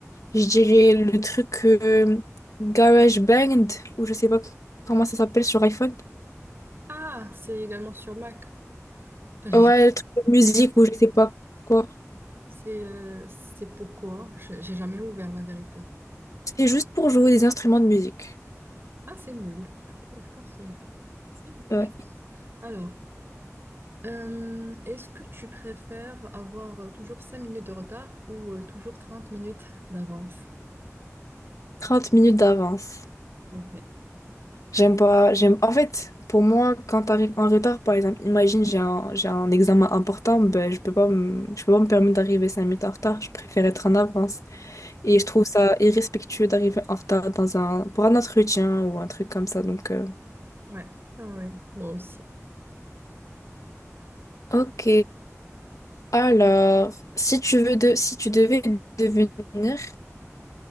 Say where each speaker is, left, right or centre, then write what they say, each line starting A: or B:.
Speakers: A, on the left; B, on the right.
A: je dirais le truc euh, GarageBand, ou je sais pas comment ça s'appelle sur iPhone.
B: Ah, c'est également sur Mac. Enfin, j'ai
A: Ouais,
B: jamais-
A: le truc de musique, ou je sais pas quoi.
B: C'est euh, c'est pourquoi j'ai j'ai jamais ouvert la vérité.
A: C'est juste pour jouer des instruments de musique.
B: Ah, c'est nul. Je, pense je pense que c'est nul.
A: Euh,
B: <laughs> Alors. Euh, est-ce que tu préfères avoir euh, toujours 5 minutes de retard ou euh, toujours 30 minutes d'avance?
A: trente minutes d'avance.
B: Ok.
A: J'aime pas, j'aime. En fait, pour moi, quand t'arrives en retard, par exemple, imagine j'ai un, j'ai un examen important, ben, je peux pas me, je peux pas me permettre d'arriver 5 minutes en retard. Je préfère être en avance. Et je trouve ça irrespectueux d'arriver en retard dans un, pour un entretien ou un truc comme ça. Donc, euh,
B: Ouais. Ah ouais, moi aussi.
A: ok. Alors, si tu veux de, si tu devais devenir